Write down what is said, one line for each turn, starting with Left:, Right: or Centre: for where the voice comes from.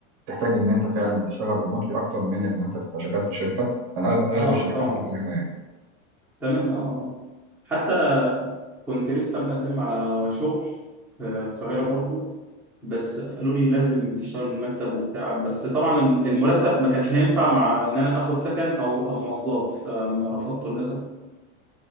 Right: تحتاج ان انت فعلا تشتغل ريموتلي اكتر من ان انت تبقى شغال في شركه انا اغلب اغلب
Centre: آه،
Right: الشركات
Centre: طبعا
Right: في القاهره يعني
Centre: تمام اه اه حتى كنت لسه مقدم على شغل في القاهرة برضو بس قالوا لي لازم تشتغل من المكتب وبتاع بس طبعا المرتب ما كانش هينفع مع ان انا اخد سكن او أو مواصلات فرفضته للاسف